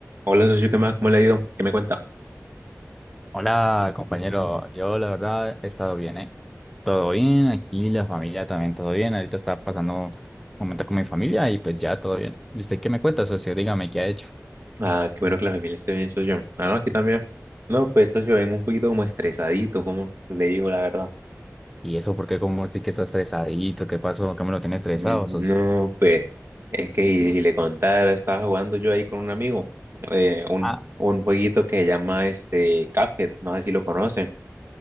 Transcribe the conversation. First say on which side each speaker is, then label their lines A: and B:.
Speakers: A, on the right; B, in the centre.
A: Hola, socio, ¿qué más? ¿Cómo le ha ido? ¿Qué me cuenta?
B: Hola, compañero. Yo, la verdad, he estado bien, ¿eh? Todo bien, aquí la familia también todo bien. Ahorita estaba pasando un momento con mi familia y pues ya todo bien. ¿Y usted qué me cuenta, socio? Dígame qué ha hecho.
A: Ah, qué bueno que la familia esté bien, socio. Ah, no, aquí también. No, pues, socio, vengo un poquito como estresadito, como le digo la verdad.
B: ¿Y eso por qué como sí que está estresadito? ¿Qué pasó? ¿Qué me lo tiene estresado,
A: Mm,
B: socio?
A: No, pues, es que y, y le contara, estaba jugando yo ahí con un amigo, eh, un,
B: Ah,
A: un jueguito que se llama este Cuphead, no sé si lo conocen.